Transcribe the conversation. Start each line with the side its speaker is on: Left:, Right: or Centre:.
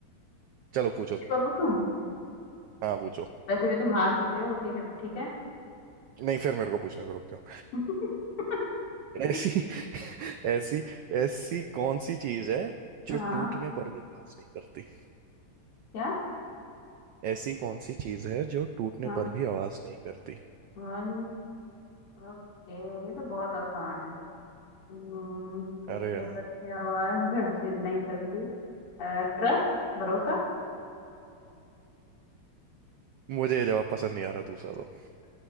Right: चलो पूछो
Left: एक और पूछूं
Right: हाँ पूछो
Left: वैसे भी तुम हार चुके हो ठीक है ठीक है
Right: नहीं फिर मेरे को पूछने से रुक जाओ
Left: <laughs>
Right: ऐसी <laughs> ऐसी ऐसी कौन सी चीज है जो
Left: हाँ
Right: टूटने पर भी आवाज नहीं करती
Left: क्या
Right: ऐसी कौन सी चीज है जो टूटने
Left: हाँ
Right: पर भी आवाज नहीं करती
Left: वन। ओके ये तो बहुत आसान है हम्म, टूटने
Right: अरे यार
Left: पर भी आवाज घर नहीं करती ट्रस्ट भरोसा
Right: मुझे ये जवाब पसंद नहीं आ रहा दूसरा दो